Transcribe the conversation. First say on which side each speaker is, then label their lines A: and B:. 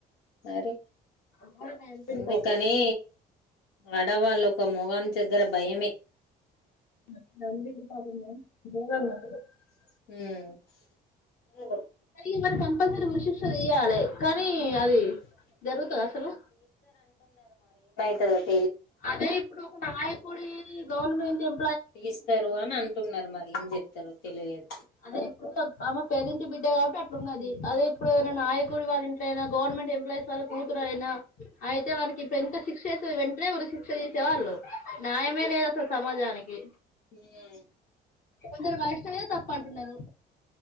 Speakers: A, on the left; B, on the left.
A: మరి
B: ఘోరంగా చంపిండు
A: అందుకని
B: పాపం
A: ఆడవాళ్ళు ఒక మొగొని దగ్గర భయమే
B: <inaudible>
A: ఉమ్
B: ఇగ కంపల్సరీ ఉరిశిక్ష తీయ్యాలే కానీ అది జరుగుతాద అసలు
A: తదో
B: అదే ఇప్పుడు ఒక నాయకుడి గవర్నమెంట్ ఎం
A: తిస్తారు అని అంటున్నారు మరి ఏం చెప్తారు తెలియదు
B: అదే ఇప్పుడు ఆమే పేదింటి బిడ్డ కాబట్టి ఇట్లున్నది
A: హ్మ్
B: అది ఇప్పుడు ఎవరైనా నాయ కూడా వాళ్ళ ఇంట్లో అయినా గవర్నమెంట్ ఎంప్లాయస్కు వాళ్ల కూతురయినా అయితే వానికి ఇప్పుడు ఎంత సిస్ చేశా వెన్ ఏ ఉరిశిక్ష తీసే
A: హ్మ్
B: వాళ్ళు న్యాయమే లేదు అసలు సమాజానికి
A: హ్మ్
B: కొందరు మనుషులే తప్ పంటున్నారు